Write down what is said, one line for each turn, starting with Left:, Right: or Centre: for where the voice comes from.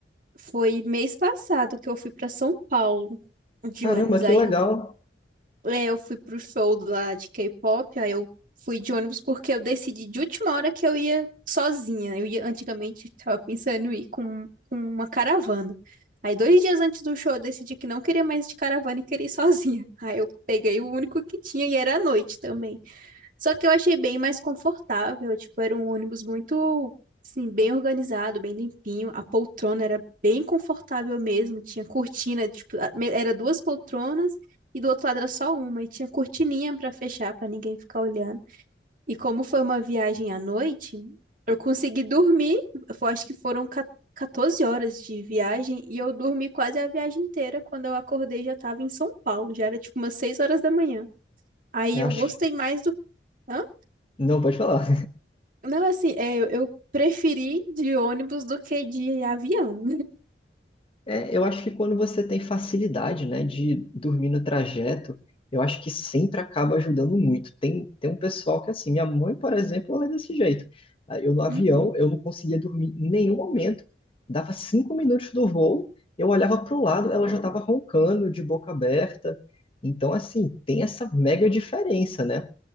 Right: Foi mês passado que eu fui pra São Paulo de
Left: Caramba,
Right: ônibus. Aí
Left: que legal!
Right: eu, é, eu fui pro show lá de K-pop, aí eu fui de ônibus porque eu decidi de última hora que eu ia sozinha. Eu ia antigamente tava pensando em ir com, com uma caravana. Aí dois dias antes do show eu decidi que não queria mais de caravana e queria ir <laughs> sozinha. Aí eu peguei o único que tinha e era à noite também. Só que eu achei bem mais confortável, tipo, era um ônibus muito, assim, bem organizado, bem limpinho. A poltrona era bem confortável mesmo, tinha cortina, tipo, a- me- era duas poltronas e do outro lado era só uma e tinha cortininha pra fechar pra ninguém ficar olhando. E como foi uma viagem à noite, eu consegui dormir, eu acho que foram ca- 14 horas de viagem e eu dormi quase a viagem inteira. Quando eu acordei já tava em São Paulo, já era tipo umas 6 horas da manhã. Aí
Left: Eu
Right: eu
Left: acho...
Right: gostei mais do Hã?
Left: Não, pode falar.
Right: Não, assim, é, eu eu preferi de ônibus do que de avião.
Left: É, eu acho que quando você tem facilidade, né, de dormir no trajeto, eu acho que sempre acaba ajudando muito. Tem, tem um pessoal que, assim, minha mãe, por exemplo, ela é desse jeito. Ah, Eu no avião,
Right: Uhum.
Left: eu não conseguia dormir em nenhum momento. Dava cinco minutos do voo, eu olhava para o lado, ela já estava roncando, de boca aberta. Então, assim, tem essa mega diferença, né?